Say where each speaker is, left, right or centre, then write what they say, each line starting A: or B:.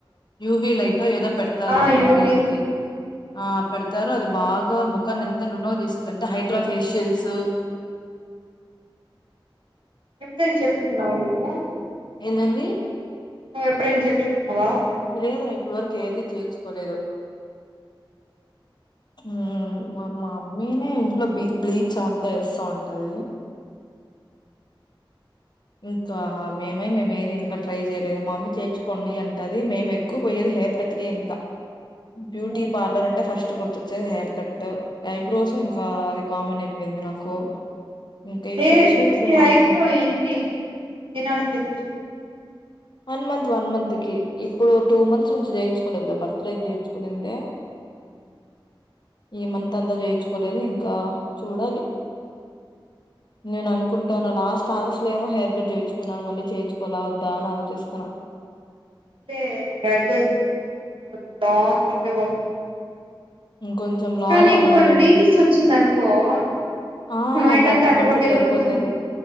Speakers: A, on the left (about 55°); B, on the right (about 80°).
A: యూవి లైతో ఎదో పేడ్. ఇస్తారు
B: ఆ యోగిది
A: దానికి ఆ. పెడతారు అది బాగా ముఖాన్ని ఎంత నున్నగా జేసిందంట హైడ్రా ఫేషియల్స్.
B: ఎప్పుడైన చెపిచ్చుకున్నావ నువ్వు.
A: ఏందెంది.
B: నువ్వు ఎప్పుడైనా చేపీచ్చుకున్నావా.
A: లేదు ఇప్పటి వరకు ఏది చేయించుకోలేదు. హ్మ్ మా మమ్మీనే ఇంట్లో బిగ్ బ్లీచ్ అంతా ఏస్తా ఉంటది. ఇంకా మేమై మేమ ఏది ఇంకా ట్రై జేయలేదు మామ్మీ చేర్చుకోండి అంటది మేమే ఎక్. ఎక్కువ పోయేది హెయిర్ కట్ కే ఇంకా బ్యూటీ
B: మ్మ్.
A: పార్లర్ అంటే ఫస్ట్ గుర్తొచ్చేది హెయిర్ కట్టు. ఐబ్రోసు ఇంకా అది కామనైపోయింది నాకు. ఇంకా ఈ
B: ఏ
A: ఫేషియల్స్
B: ఇది
A: ఏమంత
B: హైబ్రో
A: లేదు
B: ఏంటి తినాల చెప్పు.
A: వన్ మంత్ వన్ మంత్ కి ఇప్పుడు
B: చేపించుకున్నావ్
A: టూ మంత్స్ నుంచి యేయించుకోలేదులే బర్త్ డేకి చేయించుకునిందే. ఈ మంత్ అంతా చేయించుకోలేదు ఇంకా చూడాలి. నేను అనుకుంటాను లాస్ట్ ఆగస్. అట్లేమో హెయిర్ కట్ జేయించుకున్నారు మళ్ళి చేయిుకోలఓద్దా అని ఆలోచిస్తాన్న.
B: <unintelligible>
A: ఇంకొంచెం లాంగ్
B: కానీ ఎక్కో
A: అవనియండి
B: రిల్సొచిందనుకో అనుకో.
A: ఆ
B: మైండంతా
A: దానికి
B: అటుపక్కేళ్ళిపోతుంది.
A: మనసు అట్లా వెళ్ళిపోతది